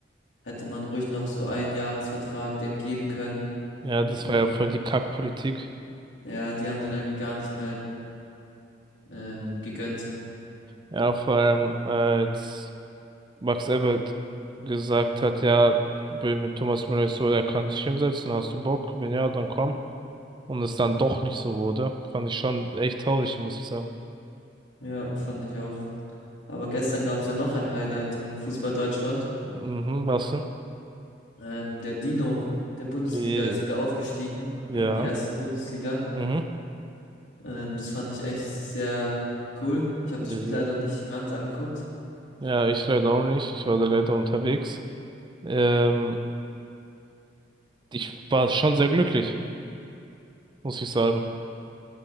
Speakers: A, on the left; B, on the right.
A: hätte man ruhig noch so einen Jahresvertrag dem geben können.
B: ja, das
A: Und
B: war ja voll die Kackpolitik.
A: ja, die haben den irgendwie gar nicht mehr ähm, gegönnt.
B: Ja, vor allem äh, als Max Ebert gesagt hat, ja, bin mit Thomas Müller ist so, er kann sich hinsetzen, hast du Bock? Wenn ja, dann komm. Und es dann doch nicht so wurde, fand ich schon echt traurig, muss ich sagen.
A: Ja, fand ich auch. Aber gestern gab es ja noch ein Highlight in Fußball Deutschland.
B: Mhm, was denn?
A: Ähm, der Dino der Bundesliga
B: Äh,
A: ist wieder aufgestiegen
B: Ja,
A: in die erste Bundesliga.
B: mhm.
A: Ähm, das fand ich echt sehr cool. Ich habe
B: Äh,
A: das Spiel leider nicht ganz angeguckt.
B: Ja, ich leider auch nicht, ich war da leider unterwegs. Ähm, ich war schon sehr glücklich, muss ich sagen.